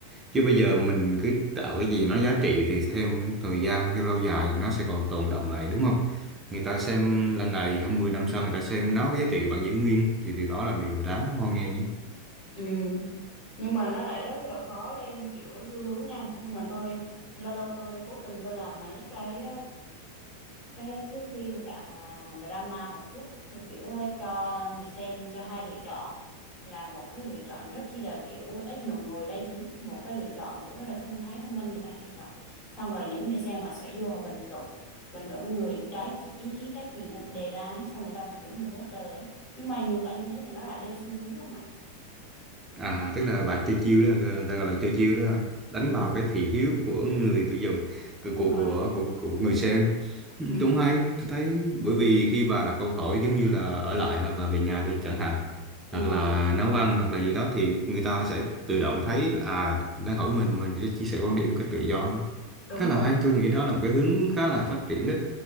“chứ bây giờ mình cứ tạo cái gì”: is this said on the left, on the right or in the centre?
Right